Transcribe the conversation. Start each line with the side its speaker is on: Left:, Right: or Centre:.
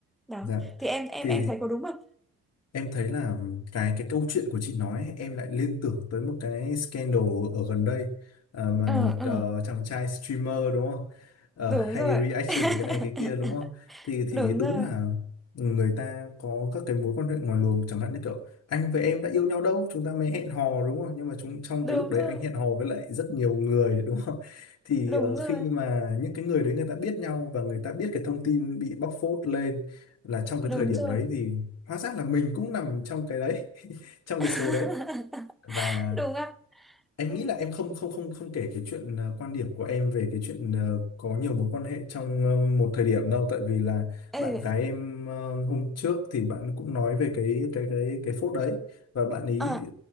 Centre: Đó.
Left: Dạ.
Centre: Thì em em
Left: Thì
Centre: em thấy có đúng không?
Left: Em thấy là cái cái câu chuyện của chị nói ấy, em lại liên tưởng tới một cái scandal ở gần đây ờ, mà
Centre: Ừ
Left: một
Centre: ừ,
Left: ờ, chàng trai streamer đúng không? Ờ,
Centre: đúng
Left: hay
Centre: rồi.
Left: reaction cái này cái kia
Centre: <laughs>
Left: đúng không? Thì thì
Centre: Đúng
Left: đúng
Centre: rồi.
Left: là người ta có các cái mối quan hệ ngoài luồng chẳng hạn như kiểu anh với em đã yêu nhau đâu chúng ta mới hẹn hò đúng không? Nhưng mà chúng trong
Centre: Đúng
Left: cái lúc đấy
Centre: rồi.
Left: anh hẹn hò với lại rất nhiều người đúng không? <laughs> Thì
Centre: Đúng
Left: ờ,
Centre: rồi.
Left: khi mà những cái người đấy người ta biết nhau và người ta biết cái thông tin bị bóc phốt lên là trong cái
Centre: Đúng
Left: thời điểm
Centre: rồi.
Left: đấy thì hóa ra là mình cũng nằm trong cái đấy <laughs> trong
Centre: <laughs>
Left: cái số đấy và
Centre: Đúng không?
Left: anh
Centre: Ừ.
Left: nghĩ là em không không không không kể cái chuyện ờ, quan điểm của em về cái chuyện ờ, có nhiều mối quan hệ trong ờ, một thời điểm đâu tại vì là
Centre: Ừ.
Left: bạn gái em ờ, hôm trước thì bạn cũng nói về cái cái cái cái phốt đấy và bạn ấy
Centre: Ờ,